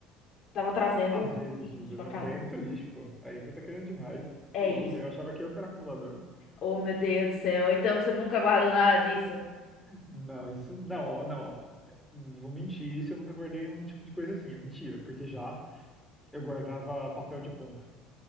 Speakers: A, on the left; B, in the centre.
A: tava trazendo
B: às vezes,
A: bichos
B: usa.
A: pra
B: Não,
A: casa.
B: mas aí é muito lixo, pô. Aí você tá querendo demais.
A: É
B: Tô louco.
A: isso.
B: Eu achava que eu que era acumulador.
A: Oh, meu Deus do céu. Então você nunca guardou nada disso?
B: Não, isso. Não, ó, não. ó. Vou mentir, isso eu nunca guardei um tipo de coisa assim. É mentira, porque já eu guardava papel de ponto.